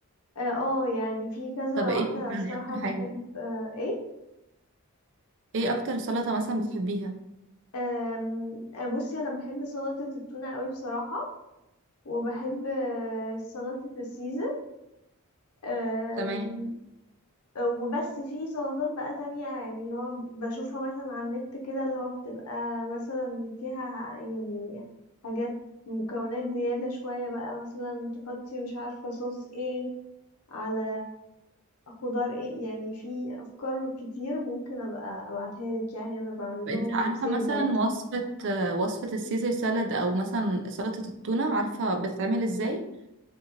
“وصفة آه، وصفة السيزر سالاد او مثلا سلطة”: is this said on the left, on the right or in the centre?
Right